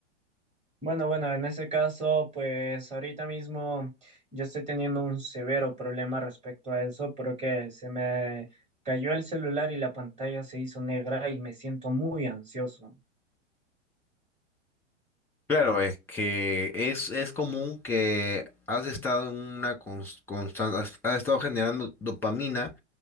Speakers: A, on the right; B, in the centre.
A: Bueno, bueno, en ese caso, pues ahorita mismo yo estoy teniendo un severo problema respecto a eso porque se me cayó el celular y la pantalla se hizo negra y me siento muy ansioso.
B: Claro, es que es, es común que has estado en una constante, has has estado generando dopamina